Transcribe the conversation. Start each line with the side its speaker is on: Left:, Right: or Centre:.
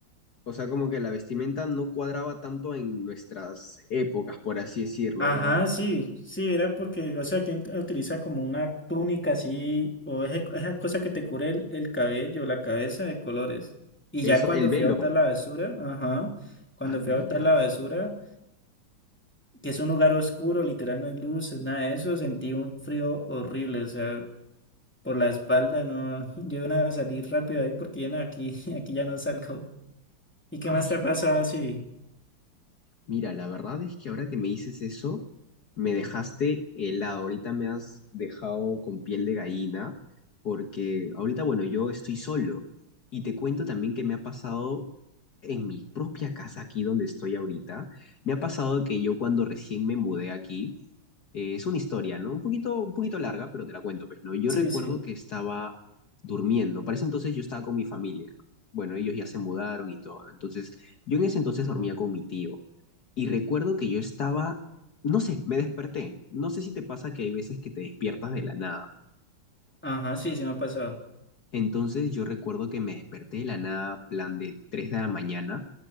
Left: o sea, como que la vestimenta no cuadraba tanto en nuestras épocas, por así decirlo.
Centre: Ajá,
Left: Era
Centre: sí, sí, era porque, o sea, quien utiliza como una túnica así, o ese- esa cosa que te cubre el, el cabello, la cabeza de colores. Y
Left: Eso,
Centre: ya cuando
Left: el velo.
Centre: fui a botar la basura, ajá, cuando
Left: Ah, mira.
Centre: fui a botar la basura, que es un lugar oscuro, literal, no hay luces, nada de eso, sentí un frío horrible, o sea, por la espalda, no, <laughs> yo iba a salir rápido ahí porque ya no, aquí, <laughs> aquí ya no salgo. ¿Y qué
Left: Ah,
Centre: más
Left: su
Centre: te ha pasado?
Left: madre.
Centre: Sí,
Left: Mira, la verdad es que ahora que me dices eso, me dejaste helado. Ahorita me has dejado con piel de gallina, porque ahorita, bueno, yo estoy solo. Y te cuento también que me ha pasado en mi propia casa, aquí donde estoy ahorita, me ha pasado que yo cuando recién me mudé aquí, Eh, es una historia, ¿no? Un poquito, un poquito larga, pero te la cuento, pues, ¿no? Yo
Centre: sí,
Left: recuerdo
Centre: sí,
Left: que estaba durmiendo. Para ese entonces yo estaba con mi familia, ¿no? Bueno, ellos ya se mudaron y todo, ¿no? Entonces, yo en ese entonces dormía con mi tío. Y recuerdo que yo estaba, no sé, me desperté. No sé si te pasa que hay veces que te despiertas de la nada.
Centre: ajá, sí, sí me ha pasado.
Left: Entonces, yo recuerdo que me desperté de la nada, plan de 3 de la mañana,